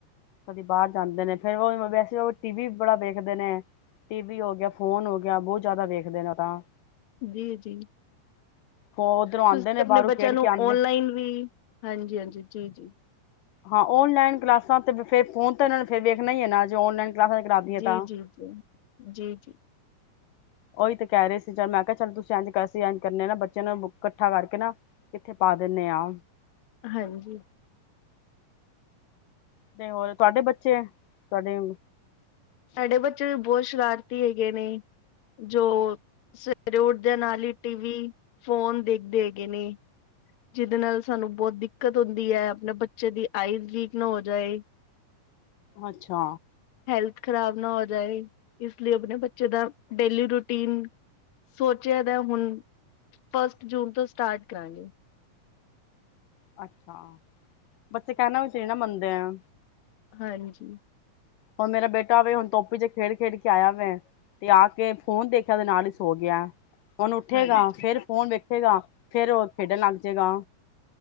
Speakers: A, on the left; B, on the left.
A: ਕਦੀ ਬਾਹਰ ਜਾਂਦੇ ਨੇ ਫਿਰ ਵੈਸੇ ਟੀ ਵੀ ਬੜਾ ਵੇਖਦੇ ਨੇ ਟੀ ਵੀ ਹੋ ਗਿਆ ਫੋਨ ਹੋ ਗਿਆ ਬਹੁਤ ਜ਼ਿਆਦਾ ਵੇਖਦੇ ਨੇ ਤਾਂ
B: ਜੀ ਜੀ
A: ਉੱਧਰੋਂ
B: ਤੁਸੀਂ
A: ਆਉਂਦੇ ਨੇ
B: ਆਪਣੇ
A: ਬਾਹਰੋਂ
B: ਬੱਚਿਆਂ
A: ਖੇਡ
B: ਨੂੰ
A: ਕੇ ਆਉਂਦੇ
B: ਓਨਲਾਈਨ ਵੀ ਹਾਂਜੀ ਹਾਂਜੀ ਜੀ ਜੀ
A: ਹਾਂ ਓਨਲਾਈਨ ਕਲਾਸਾਂ ਤੇ ਫੇ ਫੋਨ ਤਾਂ ਇਹਨਾਂ ਨੂੰ ਫਿਰ ਵੇਖਣਾ ਹੀ ਹੈ ਨਾ ਜੋ ਔਨਲਾਈਨ ਕਲਾਸਾਂ ਕਰਾ ਦੀਏ
B: ਜੀ
A: ਤਾਂ
B: ਜੀ ਜੀ ਜੀ ਜੀ
A: ਉ ਓਹੀ ਤੇ ਕਹਿ ਰਹੇ ਸੀ ਚੱਲ ਮੈਂ ਕਿਹਾ ਚੱਲ ਤੁਸੀਂ ਇੰਜ ਕਰ ਇੰਜ ਕਰਨੇ ਨਾ ਬੱਚਿਆਂ ਨੂੰ ਇਕੱਠਾ ਕਰਕੇ ਨਾ ਕਿੱਥੇ ਪਾ ਦਿੰਦੇ ਆ
B: ਹਾਂਜੀ।
A: ਤੇ ਹੋਰ ਤੁਹਾਡੇ ਬੱਚੇ ਤੁਹਾਡੇ
B: ਸਾਡੇ ਬੱਚੇ ਵੀ ਬਹੁਤ ਸ਼ਰਾਰਤੀ ਹੈਗੇ ਨੇ ਜੋ ਸਵੇਰੇ ਉੱਠਦੇ ਨਾਲ ਹੀ ਟੀਵ ਫੋਨ ਦੇਖਦੇ ਹੈਗੇ ਨੇ ਜਿਹਦੇ ਨਾਲ ਸਾਨੂੰ ਬਹੁਤ ਦਿੱਕਤ ਹੁੰਦੀ ਹੈ, ਆਪਣੇ ਬੱਚੇ ਦੀ ਆਈਜ਼ ਵੀਕ ਨਾ ਹੋ ਜਾਏ।
A: ਅੱਛਾ।
B: ਹੈਲਥ ਖਰਾਬ ਨਾ ਹੋ ਜਾਏ ਇਸ ਲਈ ਆਪਣੇ ਬੱਚੇ ਦਾ ਡੇਲੀ ਰੂਟੀਨ ਸੋਚਿਆ ਦਾ ਹੁਣ ਫਸਟ ਜੂਨ ਤੋਂ ਸਟਾਰਟ ਕਰਾਂਗੇ।
A: ਅੱਛਾ ਬੱਚੇ ਕਹਿਣਾ ਵੀ ਤੇ ਨਈ ਮੰਨਦੇ ਆ
B: ਹਾਂਜੀ।
A: ਹੁਣ ਮੇਰਾ ਬੇਟਾ ਵੇ ਹੁਣ ਧੁੱਪ ਵਿਚ ਖੇਡ, ਖੇਡ ਕੇ ਆਇਆ ਵੇ ਤੇ ਆ ਕੇ ਫੋਨ ਦੇਖਿਆ ਦੇ ਨਾਲ ਹੀ ਸੋ ਗਿਆ। ਉਹਨੂੰ ਉੱਠੇਗਾ
B: ਹਾਂਜੀ
A: ਫਿਰ ਫੋਨ ਵੇਖੇਗਾ ਫੇਰ ਉਹ ਖੇਡਣ ਲੱਗ ਜੇਗਾ